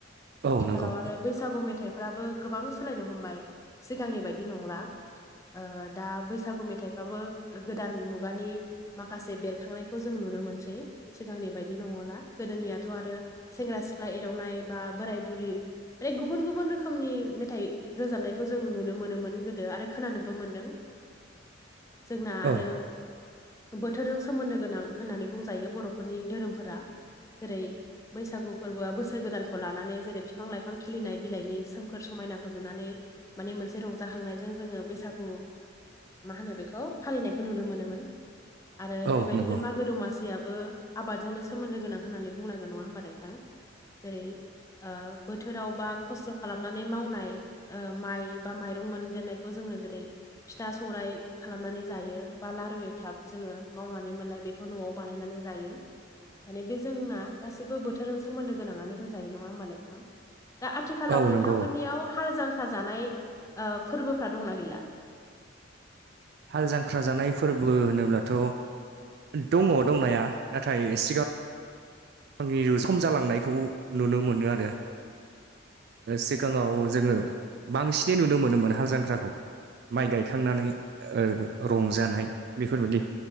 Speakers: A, on the right (about 55°); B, on the left (about 15°).
A: औ
B: आथिखालाव
A: नंगौ
B: आरो बै बैसागु मेथाइफ्राबो गोबां सोलायनो हमबाय सिगांनि बायदि नंला ओ दा बैसागु मेथाइ फेथाइफ्राबो गोदान मुगानि माखासे बेरखांनाय खौ जों नुनो मोनसै सिगांनि बायदि नङला गोदोनियाथ' आरो सेंग्रा सिख्ला एरवनाय बा बोराय बुरि माने गुबुन गुबुन रोखोमनि मेथाइ रोजाबनायखौ जों नुनो मोनोमोन गोदो आरो खोनानोबो मोनदों जोंना आरो
A: औ
B: बोथोरजों सोमोन्दो गोनां होननानै बुंजायो बर'फोरनि धोरोमफोरा जेरै बैसागु फोरबोआ बोसोर गोदानखौ लानानै जेरै बिफां लाइफां खिलिनाय बिलाइनि सोमखोर समायनाखौ नुनानै माने मोनसे रंजाखांनायजों जोङो बैसागु मा होनो बेखौ फालिनायखौ नुनो मोनोमोन आरो
A: औ
B: बेबायदिनो
A: नंगौ
B: मागो दमास याबो आबादजोंनो सोमोन्दो गोनां होन्नानै बुंनांगोन नङा होमबा नोंथां जेरै ओ बोथोराव बा खस्थ' खालामनानै मावनाय माइ बा माइरं मोनजेननायखौ जोङो जेरै फिथा सौराइ खालामनानै जायो बा लारु एनथाब जोङो मावनानै मोननाय बेखौ न'आव बानायनानै जायो। माने बे जोंना गासिबो बोथोरजों सोमोन्दो गोनाङानो होनजायो नङा होमबा नोंथां दा आथिखालाव
A: औ
B: नोंथांमोननियाव
A: नंगौ औ
B: हाल जांख्रा जानाय फोरबोफ्रा दंना गैला
A: हाल जांख्रा जानाय फोरबो होनोब्लाथ' दङ दंनाया नाथाय सिगांाव आंनि सम जालांनायखौ नुनो मोनो आरो सिगाङाव जोङो बांसिनै नुनो मोनोमोन हाल जांख्राखौ माइ गायखांनानै ओ रंजानाय बेफोरबायदि